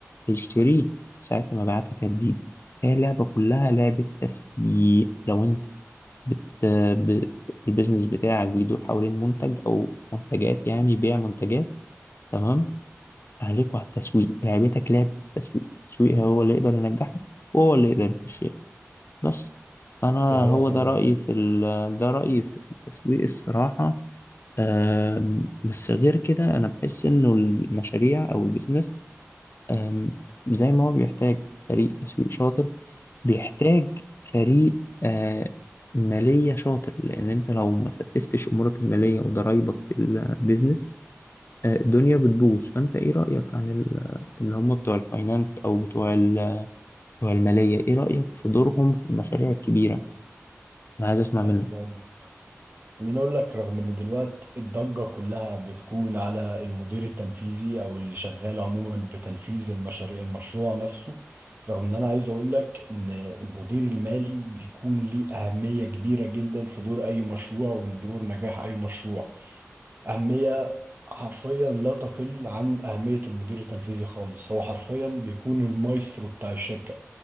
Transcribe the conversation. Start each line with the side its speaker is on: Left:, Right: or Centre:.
Left: هيشتريه ساعتها مبيعاتك هتزيد هي اللعبة كلها لعبة تسويق لو انت بت... ب... البيزنس بتاعك بيدور حوالين منتج او منتجات يعني بيع منتجات تمام عليك وعلى التسويق لعبتك لعبة التسويق التسويق هو اللي يقدر ينجحك وهو اللي يقدر يخش بس انا
Right: دي حقيقة
Left: هو
Right: طبعا
Left: ده رأيي في ال... ده رأيي في التسويق الصراحة أم، بس غير كده انا بحس انه المشاريع او البيزنس أم، زي ما هو بيحتاج فريق تسويق شاطر بيحتاج فريق آه، مالية شاطر لان انت لو ما ستفتش امورك المالية وضرايبك في البيزنس آه، الدنيا بتبوظ فانت ايه رأيك عن ال- اللي هم بتوع الفاينانس او بتوع ال- بتوع المالية ايه رأيك في دورهم في المشاريع الكبيرة انا عايز اسمع منك
Right: خليني أقول لك. خليني اقول لك رغم ان دلوقتي الضجة كلها بتكون على المدير التنفيذي او اللي شغال عموما بتنفيذ المشاريع المشروع نفسه رغم ان انا عايز اقول لك ان المدير المالي بيكون ليه اهمية كبيرة جدا في دور اي مشروع ودور نجاح اي مشروع أهمية حرفيا لا تقل عن أهمية المدير التنفيذي خالص هو حرفيا بيكون المايسترو بتاع الشركة